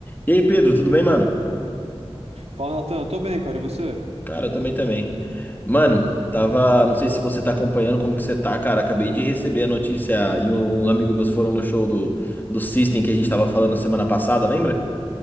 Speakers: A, on the left; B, on the right.
A: E aí, Pedro, tudo bem, mano?
B: Fala, Natan. Tô bem, cara. E você?
A: Cara, eu também também. Mano, tava, não sei se você tá acompanhando como que você tá, cara. Acabei de receber a notícia e um amigo meus foram no show do do System que a gente tava falando semana passada, lembra?